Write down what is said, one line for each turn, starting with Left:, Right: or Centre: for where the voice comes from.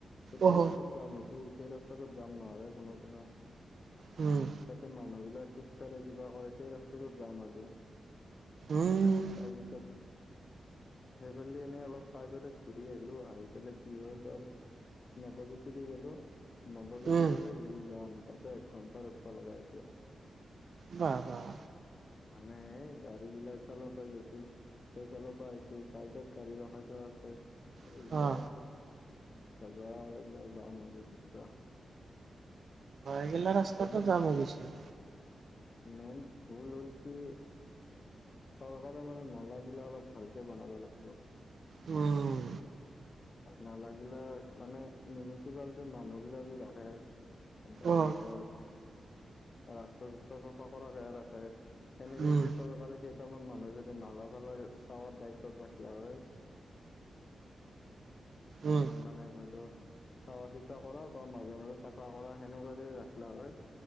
Left: সেইটো
Right: অহ।
Left: ৰাস্তাত জাম হৈছে, সেই ৰাস্তাটোত জাম নহয় কোনোদিনে।
Right: উম
Left: তাতে মানুহ বিিলাক খোজ কঢ় কিবা কৰে সেই ৰাস্তাটোত যাম আজি
Right: উম,
Left: তাৰপিছত সেইফালে এনেই অলপ চাই পেলাই ঘূৰি আহিলো আহি পেলাই কি হ'ল তোৰ নৱজ্যোতি দি গলো নৱজ্যোতি
Right: উম,
Left: ফালে যি যাম তাতে এক ঘন্টা ৰখা লগা হৈছে
Right: বাহ বাহ
Left: মানে এই গাড়ী বিলাক ফল পৰা গৈছ সেইফালৰ পৰা চাইডত গাড়ী ৰখাই থোৱা আছে এইবিলাক
Right: অ'।
Left: আৰু য লিলা যাম মাগিছা
Right: ইগেলা ৰাস্তাটো
Left: মানে
Right: যাম অবশ্য
Left: মেইন ভুল হ'ল কি চৰকাৰে মানে নালা গিলা অলপ ভালকে বনাব লাগিব
Right: উম
Left: নালাগিলে মানে মিউনিচিপালিটিৰ মানুহ বিিলাক যে দেখাই এই
Right: অ',
Left: ত ৰাস্তা চস্তা চাফা কৰাকে ৰাখে সেনেকে
Right: উম,
Left: যদি চৰকাৰে কেইটামান মানুহজননে নালা চালাৰ চাৱাৰ দায়িত্বত ৰাখিলে হয় উ
Right: উম,
Left: মনেদলো চোৱা চিতা কৰা বা মাজে মাজে চাফা কৰা সেনেকুৱা যদি ৰাখিলা হয়